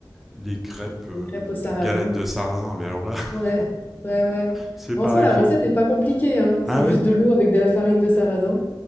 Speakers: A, in the centre; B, on the left.
A: les crêpes euh,
B: les crêpes au sarrasin.
A: galettes de sarrasin, mais alors là, <laughs>
B: Ouais, ouais, ouais.
A: c'est pareil,
B: En soi, la
A: faut.
B: recette est pas compliquée, hein.
A: Ah
B: C'est
A: ouais?
B: juste de l'eau avec de la farine de sarrasin.